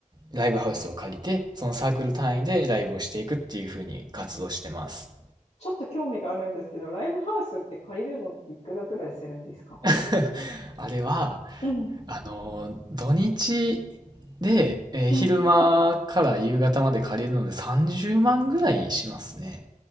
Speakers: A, on the right (about 30°); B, on the left (about 55°).
A: ライブハウスを借りて、そのサークル単位でライブをしていくっていう風に活動してます。
B: ちょっと興味があるんですけど、ライブハウスって借りるのっていくらぐらいするんですか
A: <laughs> あれは、
B: うん
A: あのー土日で、えー昼間から夕方まで借りるので30万ぐらいしますね。
B: うん。